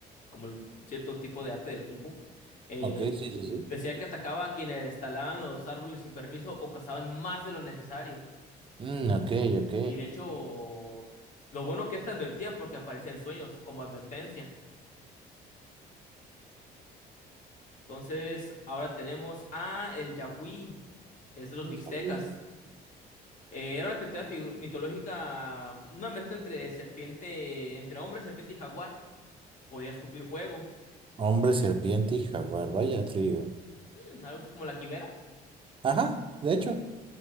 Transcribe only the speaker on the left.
como el cierto tipo de arte del Kung Fu. Eh,
decía que atacaba a quienes talaban los árboles sin permiso o cazaban más de lo necesario.
Y de hecho, lo bueno que esta advertía porque aparecía en sueños como advertencia. Entonces, ahora tenemos a el Yagüí. Es de los
mixtecas.
Eh, era una criatura figu- mitológica, una mezcla entre serpiente, entre hombre, serpiente y jaguar. Podía escupir fuego,
mm, algo así como la quimera.